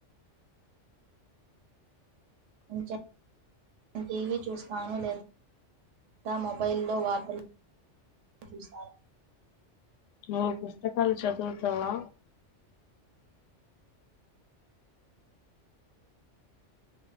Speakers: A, on the right; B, on the left.
A: అంచా నేను టీవీ చూస్తాను లేదా లేదా మొబైల్లో వార్తలు చూస్తాను.
B: నువు పుస్తకాలు చదువుతావా